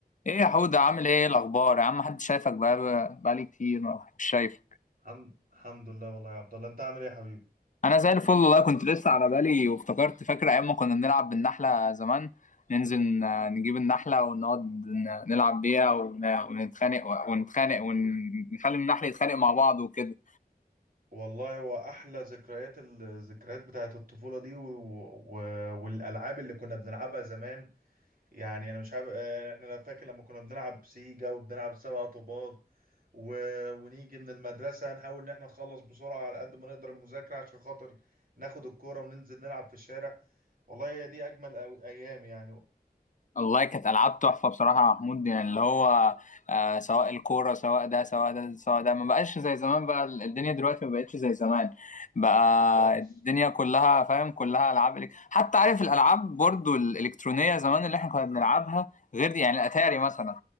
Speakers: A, on the left; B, on the right.
A: ايه يا حودة عامل ايه إيه الاخبار يا عم محدش شايفك بقاله بقالي كتير مش شايف
B: الحمد الحمد لله والله يا عبد الله انت عامل ايه يا حبيبي
A: انا زي الفل والله كنت لسه على بالي وافتكرت فاكر ايام ما كنا بنلعب بالنحله زمان ننزل آه، نجيب النحله ونقعد ن- نلعب بيها ون- ونتخانق ونتخانق ونخلي النحل يتخانق مع بعض وكده
B: والله هو احلى ذكريات الذكريات بتاعت الطفوله دي و... و... والالعاب اللي كنا بنلعبها زمان يعني انا مش عارف اه، احنا انا فاكر لما كنا بنلعب سيجا وبنلعب سبع طوبات و... ونيجي من المدرسه نحاول ان احنا نخلص بسرعه على قد ما نقدر المذاكره عشان خاطر ناخد الكوره وننزل نلعب في الشارع والله هي دي اجمل أو- ايام يعني
A: والله كانت العاب تحفه بصراحه يا محمود يعني اللي هو آه سواء الكوره سواء ده سواء ده سواء ده ما بقاش زي زمان بقى الدنيا دلوقتي ما بقتش زي زمان بقى
B: خالص
A: الدنيا كلها فاهم كلها العاب إلك- حتى عارف الالعاب برضو الالكترونيه زمان اللي احنا كنا بنلعبها غير دي يعني الاتاري مثلا